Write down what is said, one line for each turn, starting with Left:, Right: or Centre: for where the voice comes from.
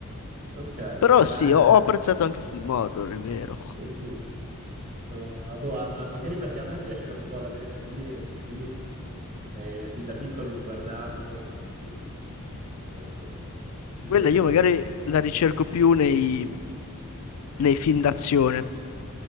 Right: ok.
Left: Però
Right: Ma
Left: sì, ho,
Right: eh,
Left: ho apprezzato anche i film horror, è vero.
Right: Sì, sì, sono- ah, boh, ah, ma magari perché a me piace un po' l'adrenalina, così, e fin da piccoli li guardavo, quindi sono cose che mi
Left: Quella
Right: sono
Left: io
Right: rimaste
Left: magari
Right: impresse.
Left: la ricerco più nei, nei film d'azione.